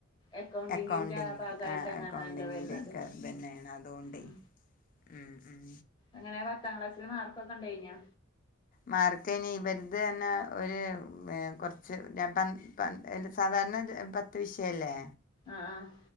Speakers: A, on the left; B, on the left.
A: അക്കൗണ്ടിങ്ങിന്റെ
B: അക്കൗണ്ടിങ്
A: ഭാഗയ്ട്ട്
B: ആ
A: എങ്ങനാല്ലോ
B: അക്കൗണ്ടിങ്ങിൻ്റെ
A: വര്ന്നത്
B: ഒക്കെ ഇതന്നെയാണ് അതുകൊണ്ടേ
A: ഉം
B: ഉം ഉം
A: എങ്ങനെ പത്താം ക്ലാസ്സില് മാർക്കൊക്കെ ഇണ്ടയ്ൻനോ
B: മാർക്കയ്ന് വെർതെന്നെ ഒരു ഏ കൊറ്ച്ച് പം പം സാധാരണ രു പത്ത് വിഷയല്ലേ
A: ആഹ് ആഹ്